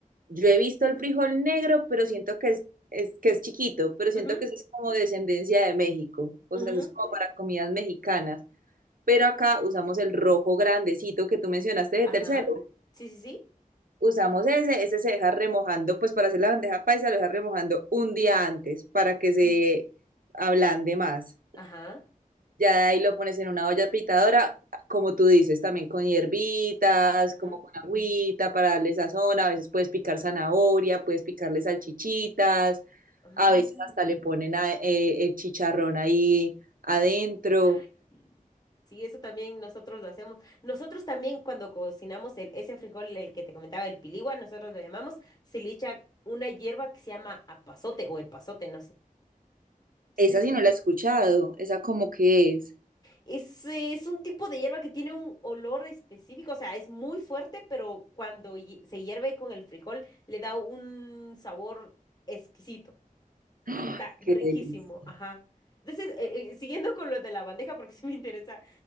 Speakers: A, on the right (about 75°); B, on the left (about 25°).
A: Yo he visto el frijol negro, pero siento que es, es que es chiquito, pero siento
B: ujú,
A: que eso es como descendencia de México, o
B: ujú,
A: sea, eso es como para comidas mexicanas. Pero acá usamos el rojo grandecito que tú mencionaste de
B: Ajá.
A: tercero.
B: Sí, sí, sí.
A: Usamos ese, ese se deja remojando, pues para hacer la bandeja paisa lo deja remojando un día antes para que se ablande más.
B: Ajá.
A: Ya de ahí lo pones en una olla pitadora, como tú dices, también con hierbitas,
B: Ujú.
A: como con agüita para darle sazón. A veces puedes picar zanahoria, puedes picarle salchichitas,
B: Ah.
A: a veces hasta le ponen a- eh, el chicharrón ahí adentro.
B: Ay, sí. Sí, eso también nosotros lo hacemos. Nosotros también cuando cocinamos el, ese frijol, el que te comentaba, el piligua, nosotros lo llamamos, se le echa una hierba que se llama apazote o epazote, no sé. Entonces,
A: Esa sí no la he escuchado, esa como que es.
B: es, es un tipo de hierba que tiene un olor específico, o sea, es muy fuerte, pero cuando hie- se hierve con el frijol, le da un sabor exquisito.
A: ¡Ay,
B: Está riquísimo,
A: qué delicia!
B: ajá. Entonces, eh, eh, siguiendo con lo de la bandeja, porque sí me interesa